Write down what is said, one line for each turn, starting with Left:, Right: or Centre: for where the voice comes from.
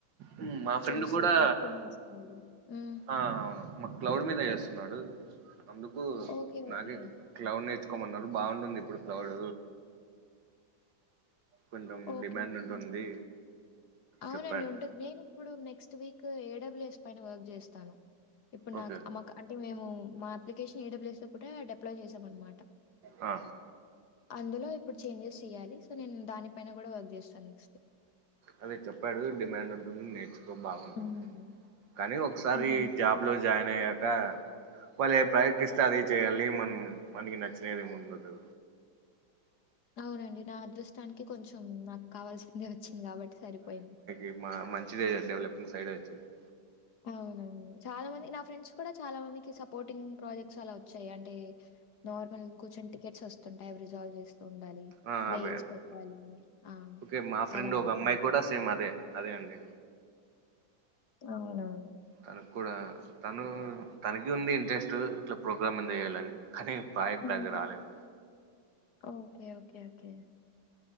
Right: ఉమ్, మా ఫ్రెండ్
Left: చూసేటట్టు
Right: కూడా
Left: చేస్తాలు ఉమ్
Right: ఆ అవును మా క్లౌడ్ మీద ఏస్తున్నాడు అందుకు
Left: ఓకే.
Right: నాకే
Left: ఓకే.
Right: క్లౌడ్ నేర్చుకోమన్నారు బావుంటుంది ఇప్పుడు క్లౌడ్ కొంచెం
Left: ఒకే
Right: డిమాండ్
Left: ఒకే
Right: ఉంటుంది
Left: అవునండి
Right: చెప్పాడు
Left: ఉంటుంది నేను ఇప్పుడు నెక్స్ట్ వీక్ ఏడబ్ల్యూ ఎస్ పైన వర్క్ చేస్తాను ఇప్పుడు
Right: ఓకే
Left: నాకు అమక అంటే మేము మా అప్లికేషన్ ఏడబ్ల్యూస్ తో కూడా డిప్లో చేసాం అనమాట.
Right: ఆ
Left: అందులో ఇప్పుడు చేంజెస్ చెయ్యాలి సో నేను దానిపైన కూడా వర్క్ చేస్తాను నెక్స్ట్
Right: అదే చెప్పాడు డిమాండ్ ఉంటుంది నేర్చు హాప్ బావుంటుంది
Left: హ్మ్.
Right: కానీ ఒకసారి
Left: బావుంది.
Right: జాబ్ లో జాయిన్ అయ్యాక వాళ్ళు ఏ ప్రయక్టిస్తే అదే చెయాలి మనం మనకి నచ్చినది ముందుదు
Left: అవునండి నా అదృష్టానికి కొంచెం నాకు కావాల్సింది వచ్చింది కాబట్టి సరిపోయింది.
Right: ఇ మా మంచిది డెవలపింగ్ సైడ్ వచ్చింది.
Left: అవునవును చాలా మంది నా ఫ్రెండ్స్ కూడా చాలా మందికి సపోర్టింగ్ ప్రాజెక్ట్స్ అలా వచ్చాయి అంటే నార్మల్ కూంచెం టికెట్స్ వస్తుంటాయి అవి రిజాల్వ్ చేస్తూ ఉండాలి.
Right: ఆ
Left: మెయిల్స్
Right: అదే అదే
Left: పెట్టాలి ఆ
Right: ఓకే మా ఫ్రెండ్
Left: అలా
Right: ఒక
Left: ఉంటాయి
Right: అమ్మాయి కూడా సేమ్ అదే అదే అండి
Left: అవునవును
Right: తనకు కూడా తను తనకి ఉంది ఇంట్రెస్ట్ ఇట్లా ప్రోగ్రాంలు చేయాలని కానీ ప్రాజెక్ట్
Left: హ్మ్.
Right: అది రాలేదు
Left: ఓకే ఓకే ఓకే